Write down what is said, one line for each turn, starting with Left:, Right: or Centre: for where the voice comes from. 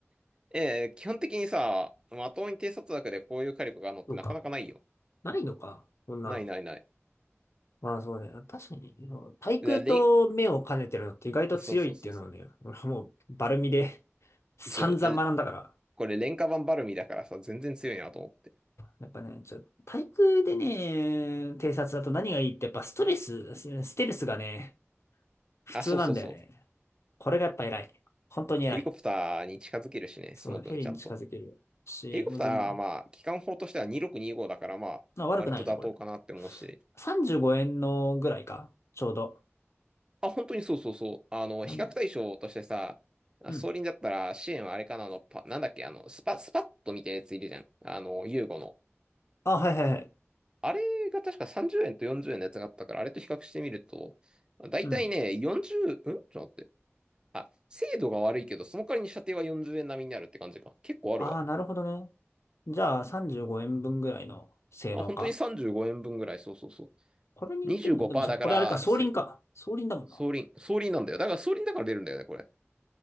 Right: えー基本的にさ、まともに偵察枠でこういう火力があるのってなかなかないよ。
Left: そうか。ないのか。こんなの。
Right: ないないない。
Left: まあそうね。確かに、対空と目を兼ねてるのって意外と強いっていうのはね、
Right: だれん、そうそうそうそ
Left: 俺はもうバルミで <laughs> 散々学んだから。
Right: う。そう、で、これ廉価版バルミだからさ、全然強いなと思って。
Left: やっぱね、ちょ、対空でね、偵察だと何がいいってやっぱストレス、スステルスがね、普通なんだよね。
Right: あ、そうそうそう。
Left: これがやっぱ偉い。本当に偉い。
Right: ヘリコプターに近づけるしね、
Left: そう、
Right: その分ちゃんと。
Left: ヘリに近づけるし、
Right: ヘリコプターはまあ、
Left: もう全然、
Right: 機関砲としては2625だからまあ、
Left: まあ悪くないよね、
Right: 割と妥当かなって思うし。
Left: これ。35円のぐらいか、ちょうど。
Right: あ、本当にそうそうそう。あの、
Left: うん。
Right: 比較対象としてさ、あ装輪だったら支援はあれかなあの、
Left: うん
Right: パ、なんだっけ、あの、スパ、スパッとみたいなやついるじゃん。あの、ユーゴの。
Left: あ、はいはいはい。
Right: あれが確か30円と40円のやつがあったから、あれと比較してみると、だいたいね、
Left: うん。
Right: 40、んちょっと待って。あ、精度が悪いけど、その代わりに射程は40円並みになるって感じか。結構あるわ。
Left: ああ、なるほどね。じゃあ、35円分ぐらいの性能か。
Right: あ、本当に35円分ぐらい。そうそうそう。
Left: これに似てんのでもさ、
Right: 25%
Left: これあれか、
Right: だから、
Left: 双輪か。
Right: せ、
Left: 双輪だもんな。
Right: 総輪、総輪なんだよ。だから総輪だから出るんだよね、これ。